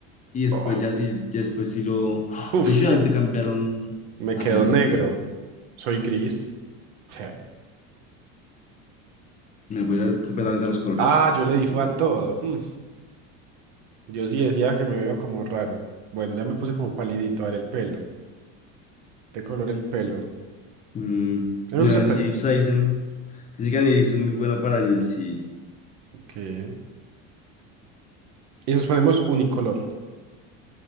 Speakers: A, on the left; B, on the right.
A: y después
B: Oh,
A: ya si, ya después si lo... ¡Ah!
B: uf,
A: De hecho, ya
B: ya.
A: te cambiaron
B: Me
A: hacia
B: quedo
A: el
B: negro.
A: estilo.
B: Soy gris. Je.
A: Me puedes dar completamente a los colores
B: Ah, yo
A: como
B: le
A: que
B: di fue
A: cambiar.
B: a todo. Hmm, Yo sí decía que me veo como raro. Bueno, ya me puse como palidito. A ver, el pelo. ¿De color el pelo?
A: Mm,
B: No me
A: no,
B: gusta el pelo.
A: ni Deep Saizen. Dice que Deep Season es muy bueno para el sí.
B: Ok. Y nos ponemos unicolor.